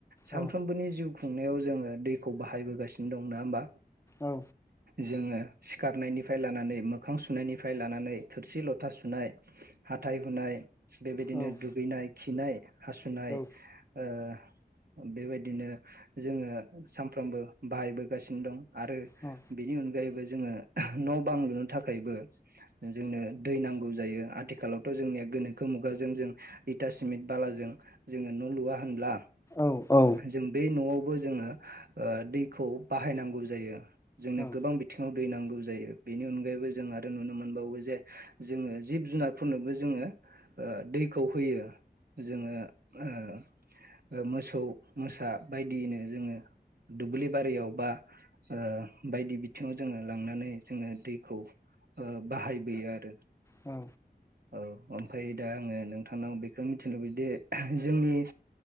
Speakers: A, on the right; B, on the left.
A: सानफ्रोमबोनि
B: औ
A: जिउ खुंनायाव जोङो दैखौ बाहायबोगासिनो दं नङा होमबा?
B: औ
A: जोङो सिखारनायनिफ्राय लानानै मोखां सुनायनिफ्राय लानानै थोरसि लथा सुनाय हाथाइ हुनाय बेबायदिनो
B: औ
A: दुगैनाय खिनाय हासुनाय
B: औ
A: ओ बेबायदिनो जोङो सामफ्रोमबो बाहायबोगासिनो दं। आरो
B: औ
A: बेनि अनगायैबो जोङो न बां लुनो थाखायबो जोंनो दै नांगौ जायो। आथिखालावथ' जोंनिया गोनोखो मुगाजों जों इटा सिमेट बालाजों जोङो न लुवा होनब्ला?
B: औ औ
A: जों बे नआवबो जोङो ओ दैखौ बाहायनांगौ जायो। जोंनो
B: औ
A: गोबां बिथिङाव दैनांगौ जायो। बेनि अनगायैबो जों आरो नुनो मोनो मोनबावो जे जोङो जिब जुनारफोरनोबो जोङो दैखौ होयो। जोङो ओ-ओ मोसौ मोसा बायदियनो जोङो दुब्लि बारियाव बा ओ बायदि बिथिङाव जोङो लांनानै जोङो दैखौ ओ बाहायबोयो आरो
B: औ
A: औ ओमफ्राय दा आङो नोंथांनाव बेखौनो मिथिनो लुबैयोदि जोंनि